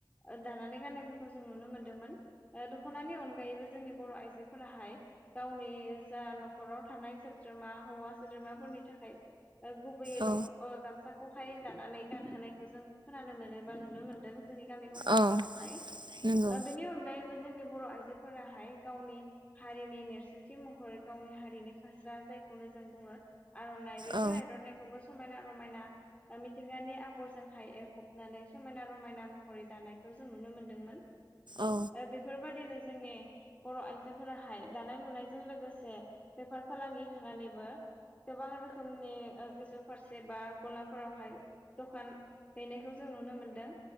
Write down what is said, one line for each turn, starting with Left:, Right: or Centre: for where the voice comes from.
Left: ओ दानानै गाननायफोरखौ जों नुनो मोनदोंमोन ओ दख'नानि अनगायैबो जोंनि बर' आइजोफोराहाय गावनि जा न'खराव थानाय सोद्रोमा हौवा सोद्रोमाफोरनि थाखाय ओ गुबैयै
Right: औ
Left: दख' ओ गामसा खौहाय दानानै गानहोनायखौ जों खोनानो मोनो बा नुनो मोनदों। जोंनि गामि गफा
Right: औ
Left: ओनसोलावहाय।
Right: नंगौ
Left: ओ बेनि अनगायैबो जोंनि बर' आइजोफोराहाय गावनि हारिनि नेरसोनथि महरै गावनि हारिनि फास्रा जायखौनो जों बुङो आर'नाइ बेफोर
Right: औ
Left: आर'नाइखौबो समायना रमायना ओ मिथिंगानि आगरजोंहाय एरखबनानै समायना रमायना महरै दानायखौ जों नुनो मोनदोंमोन।
Right: औ
Left: ओ बेफोरबादिनो जोंनि बर' आइजोफोराहाय दानाय लुनायजों लोगोसे बेफोर बेफार फालांगि होनानैबो गोबां रोखोमनि ओ गोजौ फारसे बा गलाफोरावहाय दखान हैनायखौ जों नुनो मोनदों।